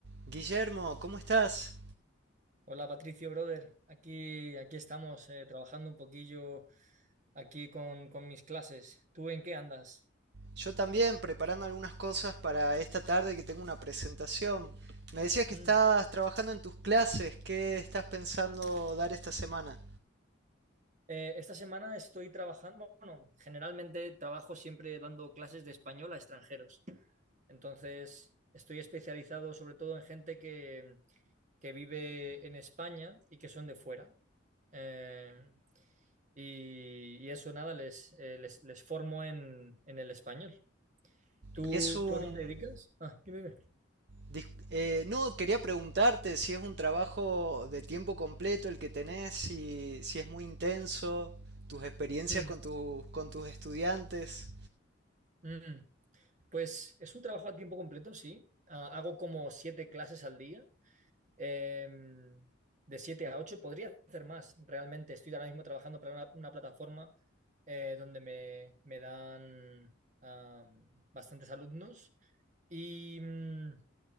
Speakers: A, on the right; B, on the right.
A: Guillermo, ¿cómo estás?
B: Hola Patricio, brother. Aquí, aquí estamos eh, trabajando un poquillo aquí con, con mis clases. ¿Tú en qué andas?
A: Yo también preparando algunas cosas para esta tarde que tengo una presentación. Me decías que
B: Mm.
A: estás trabajando en tus clases, ¿qué estás pensando dar esta semana?
B: Eh, esta semana estoy trabajando, bueno, generalmente trabajo siempre dando clases de español a extranjeros. Entonces, estoy especializado sobre todo en gente que, que vive en España y que son de fuera. Eh, y, y eso, nada, les, eh, les, les formo en, en el español. ¿Tú,
A: Y es un...
B: tú a qué te dedicas? Ah, dime,
A: dis- eh, no, quería preguntarte si es un trabajo de tiempo completo el que tenés, si, si es muy intenso, tus experiencias
B: dime.
A: con, tus con tus estudiantes.
B: Mm, Pues es un trabajo a tiempo completo, sí. Ah, hago como siete clases al día, em, de siete a ocho. Podría hacer más, realmente. Estoy ahora mismo trabajando para una, una plataforma eh, donde me, me dan am, bastantes alumnos. Y, mm,